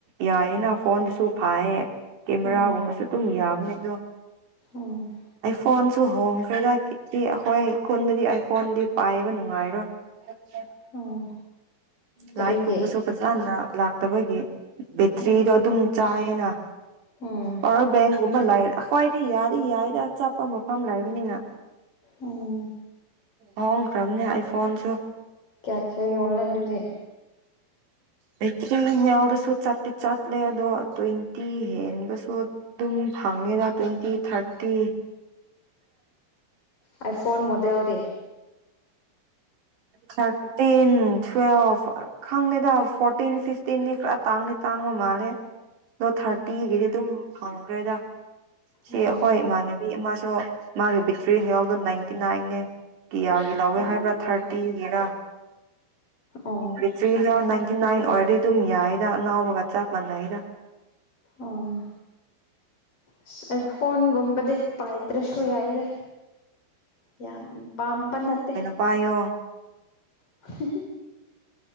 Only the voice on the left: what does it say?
ꯎꯝ
ꯑꯣ
ꯎꯝ ꯀꯔꯤꯒꯤ
ꯎꯝ
ꯎꯝ
ꯎꯝ
ꯀꯌꯥ ꯀꯌꯥ ꯑꯣꯟꯂꯥꯏꯩꯅꯗꯤ
ꯑꯥꯏ ꯐꯣꯟ ꯃꯗꯗ
ꯎꯝ
ꯎꯝ
ꯎꯝ
ꯑꯣ
ꯑꯣ ꯑꯁ ꯐꯣꯟꯒꯨꯝꯕꯗꯤ ꯄꯥꯏꯗ꯭ꯔꯁꯨ ꯌꯥꯏꯗ ꯌꯥꯝ ꯄꯥꯝꯕ ꯅꯠꯇꯦ
ꯍ